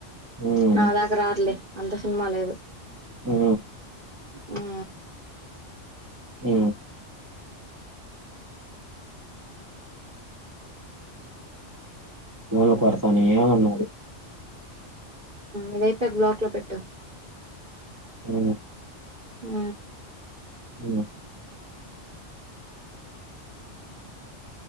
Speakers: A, on the right; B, on the right.
A: హ్మ్
B: నాదాక రాారులే అంత సినిమా లేదు
A: ఓ
B: ఆ
A: అ మఊళ్ పరతాని ఏ ఉన్నా అది
B: ఇదైపో బ్లాక్ లో పెట్టటు
A: ఉ
B: ఆ
A: అ